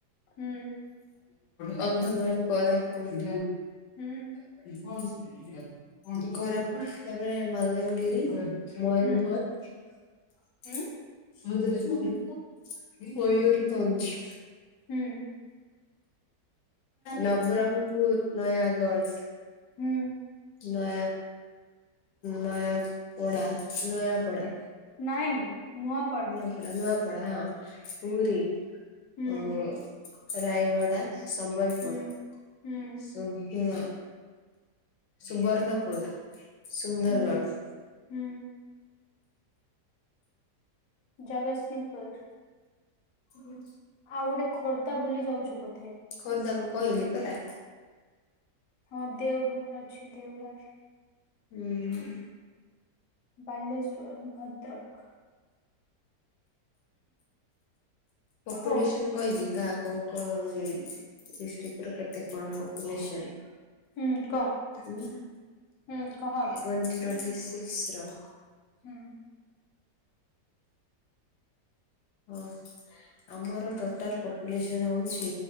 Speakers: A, on the left; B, on the left.
A: ହୁଁ
B: କନ୍ଧମାଳ କୋରାପୁଟ।
A: ହୁଁ
B: <inaudible> କୋରାପୁଟ ତାପରେ ମାଲଗାନଗିରି। ମୟୂରଭଞ୍ଜ।
A: ହୁଁ ହୁଁ
B: ମୟୂୁରଭଞ୍ଜ।
A: ହୁଁ
B: ନବରଙ୍ଗପୁର ନୟାଗଡ।
A: ହୁଁ।
B: ନୟା ନୟା ପଡା ନୟା ପଡା।
A: ନାଇଁ ନୂଆ
B: ନୂଆପଡା ନୂଆପଡା ହଁ ପୁରୀ
A: ହୁଁ
B: ଓ ରାୟଗଡା ସମ୍ବଲପୁର
A: ହୁଁ ହୁଁ
B: ସୁଭି ସୁବର୍ଣ୍ଣପୁର। ସୁନ୍ଦରଗଡ଼।
A: ହୁଁ ହୁଁ ଜଗତସିଂହପୁର।
B: ହୁଁ
A: ଆଉ ଗୋଟେ ଖୋର୍ଦ୍ଧା ଭୁଲି ଯାଉଛୁ ବୋ
B: ଖୋର୍ଦ୍ଧା ମୁଁ କହିଲି ପରା।
A: ହଁ ଦେଓଘର ଅଛି ଦେଓଘର।
B: ହୁଁ।
A: ବାଲେଶ୍ୱର ଭଦ୍ରକ। ହଉ
B: ପପୁଲେସନ କହିବି କାହାକୁ କୋଉ କୋଉ ଡିଷ୍ଟ୍ରିକ ର କେତେ କଣ ପପୁଲେସନ?
A: ହୁଁ କହ
B: ଉ
A: ହୁଁ କହ
B: ଏ ଗ ଟୋଣ୍ଟି ଟୋଣ୍ଟି ବି ସିକ୍ସ ର
A: ହୁଁ
B: ଓ ଆମର ଟୋଟାଲ ପପୁଲେସନ ହଉଛି